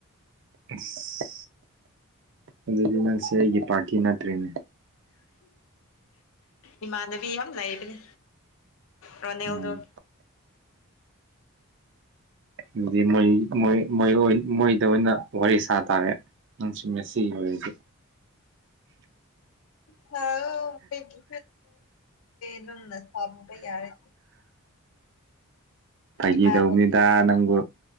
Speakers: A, on the right; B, on the left.
A: ꯑꯁ ꯑꯗꯨꯗꯤ ꯅꯪꯁꯦ ꯑꯩꯒꯤ ꯄꯥꯔꯇꯤ ꯅꯠꯇ꯭ꯔꯤꯅꯦ
B: ꯏꯃꯥꯟꯅꯕꯤ ꯌꯥꯝ ꯂꯩꯕꯅꯦ ꯑꯣ ꯅꯦꯎꯗꯣ
A: ꯎꯝ ꯑꯗꯨꯗꯤ ꯃꯣꯏꯣꯏꯣꯏ ꯃꯣꯏꯗ ꯑꯣꯏꯅ ꯋꯥꯔꯤ ꯁꯥ ꯇꯥꯔꯦ ꯎ ꯁꯨꯝꯃꯦꯁꯤ ꯑꯣꯏꯗꯤ
B: ꯍ ꯈꯕꯒꯦ ꯅꯝꯅ ꯑꯄ ꯌꯥꯔꯦ
A: ꯐꯥꯈꯤꯗꯧꯕꯅꯤꯗ
B: ꯏꯃꯥꯟꯅ
A: ꯅꯪꯕꯨ